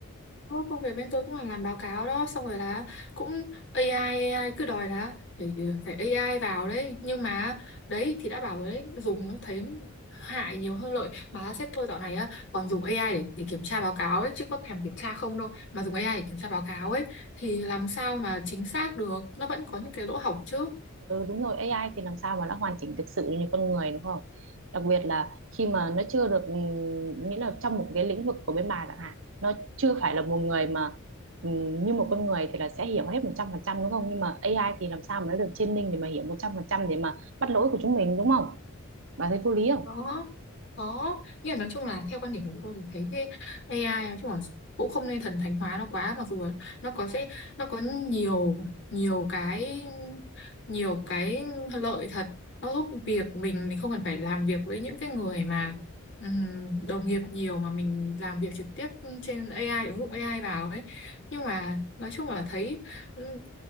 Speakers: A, on the left; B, on the right.
A: Ô, công việc bên tôi cũng là làm báo cáo đó xong rồi là cũng AI AI cứ đòi là phải phải AI vào đấy nhưng mà đấy thì đã bảo rồi đấy dùng thấy hại nhiều hơn lợi mà sếp tôi dạo này á còn dùng AI để, để kiểm tra báo cáo ấy chứ có thèm kiểm tra không đâu mà dùng AI để kiểm tra báo cáo ấy thì làm sao mà chính xác được nó vẫn có những cái lỗ hổng chứ
B: Ừ, đúng rồi AI thì làm sao mà đã hoàn chỉnh thực sự như con người đúng không? Đặc biệt là khi mà nó chưa được ừm, nghĩa là trong một cái lĩnh vực của bên bà chẳng hạn nó chưa phải là một người mà ừm, như một con người thì là sẽ hiểu hết 100% đúng không? Nhưng mà AI thì làm sao mà nó được training để mà hiểu 100% để mà bắt lỗi của chúng mình đúng không? Bà thấy vô lý không?
A: có có nghĩa là nói chung là theo quan điểm của tôi thì thấy cái AI nói chung là cũng không nên thần thánh hóa nó quá mặc dù là nó có sẽ nó có nhiều nhiều cái nhiều cái lợi thật nó giúp việc của mình mình không cần phải làm việc với những cái người mà ừm, đồng nghiệp nhiều mà mình làm việc trực tiếp trên AI ứng dụng AI vào ấy nhưng mà nói chung là thấy ừm,